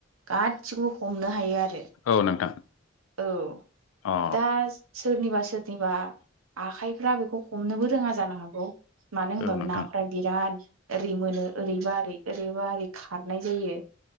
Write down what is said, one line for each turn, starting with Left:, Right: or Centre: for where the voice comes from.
Right: गासिखौबो हमनो हायो आरो
Left: औ नोंथां
Right: औ
Left: अ
Right: दा सोरनिबा सोरनिबा आखाइफ्रा बेखौ हमनोबो रोङा जानो हागौ मानो होनबाबो
Left: औ नोंथां
Right: नाफोरा बिराद ओरै मोनो ओरै बा ओरै ओरैबा ओरै खारनाय जायो